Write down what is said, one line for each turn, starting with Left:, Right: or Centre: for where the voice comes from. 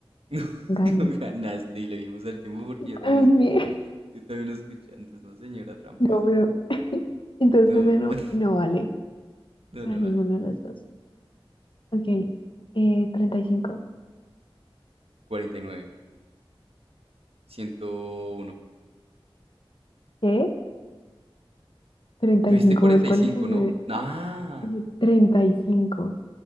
Right: No,
Left: gané.
Right: no ganaste y lo vimos al tiempo porque yo
Left: Gané.
Right: también lo escuché.
Left: <laughs>
Right: Yo también lo escuché antes, ¿no, señora tramposa?
Left: No, pero. <laughs> Entonces
Right: No,
Left: ese
Right: no,
Left: no,
Right: <laughs>
Left: no vale
Right: no,
Left: para
Right: no
Left: ninguno
Right: vale.
Left: de los dos. Ok, eh, treinta y cinco.
Right: 49, 101.
Left: ¿Qué? Treinta
Right: Tuviste
Left: y cinco
Right: 45,
Left: más 49.
Right: ¿no? Ah,
Left: Dije 35.